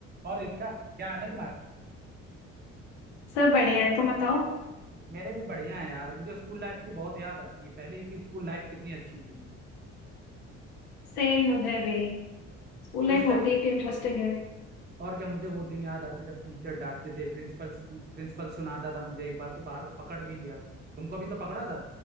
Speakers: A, on the right; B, on the left.
A: और रितिका क्या हाल है तुम्हारे
B: सब बढ़िया है तुम बताओ
A: मेरे भी बढ़िया है यार मुझे स्कूल लाइफ की बहुत याद आती है पहले की स्कूल लाइफ कितनी अच्छी थी
B: सेम मुझे भी स्कूल
A: तो
B: लाइफ
A: इस टाइम
B: होती ही इतनी इंटरेस्टिंग है
A: <clears throat> और क्या मुझे वो दिन याद आते जब टीचर डांटते थे प्रिंसिपल प्रिंसिपल सुनाता था मुझे एक बार तो बाहर पकड़ भी लिया था तुमको भी तो पकड़ा था